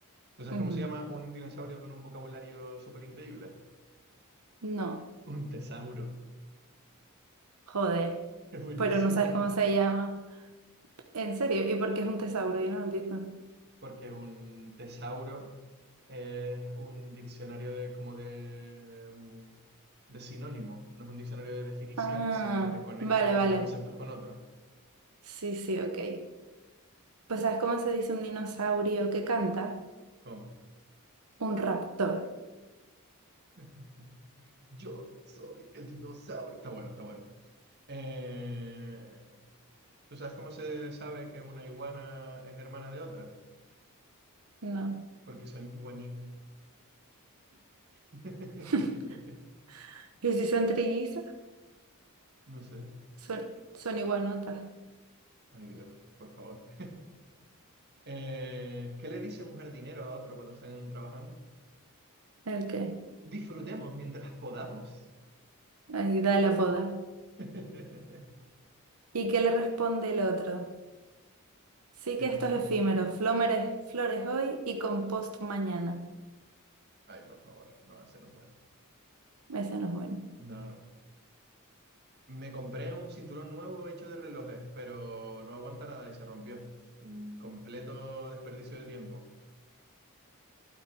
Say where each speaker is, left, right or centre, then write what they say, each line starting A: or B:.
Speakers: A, on the right (about 50°); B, on the right (about 85°).
A: ¿Tú sabes
B: Ujú.
A: cómo se llama un dinosaurio con un vocabulario súper increíble?
B: No,
A: Un tesauro.
B: joder.
A: <laughs> Es buenísimo,
B: Pero no sabes cómo se llama. ¿En serio? ¿Y por qué es un tesauro? Yo no lo entiendo.
A: porque un tesauro es un diccionario de, como de, em, de sinónimos, no es un diccionario de definiciones,
B: Ah,
A: sino que te conecta
B: vale,
A: con
B: vale.
A: conceptos con otros.
B: Sí, sí, ok. Pues ¿sabes cómo se dice un dinosaurio que canta?
A: ¿Cómo?
B: Un raptor.
A: <laughs> Yo soy el dinosaurio. Está bueno, está bueno. Eh, ¿tú sabes cómo se sabe que una iguana es hermana de otra?
B: No.
A: Porque son iguanitas. <laughs>
B: <laughs> ¿Y si son trillizas?
A: No sé.
B: Son, son iguanotas.
A: Ay, Dios, por favor. Eh, ¿qué le dice un jardinero a otro cuando están trabajando?
B: ¿El qué?
A: Disfrutemos mientras podamos.
B: Ahí da la boda.
A: <laughs>
B: ¿Y qué le responde el otro? Sí que
A: Eh, no
B: esto
A: sé.
B: es efímero. Flómeres, flores hoy y compost mañana.
A: Ay, por favor, no, ese no puede.
B: Ese no es bueno.
A: No, no. Me compré un cinturón nuevo hecho de relojes, pero no aguanta nada y se rompió. Un completo desperdicio de tiempo.